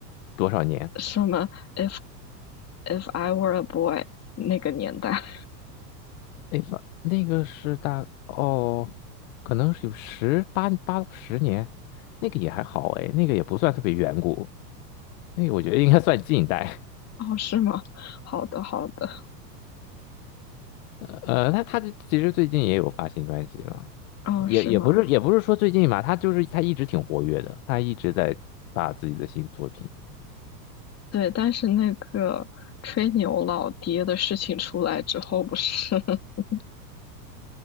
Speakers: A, on the left; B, on the left.
A: 多少年？
B: 什么 if if I were a boy 那个年代 <laughs>
A: 哎，反那个是大哦，可能是有十八八到十年，那个也还好哎，那个也不算特别远古，那个我觉得应该算近代。
B: 哦，是吗？好的，好的，
A: 呃，他他其实最近也有发新专辑了，
B: 哦，
A: 也也不是也不是说最近吧，
B: 是吗？
A: 他就是他一直挺活跃的，他一直在发自己的新作品。
B: 对，但是那个吹牛老爹的事情出来之后，不是 <laughs>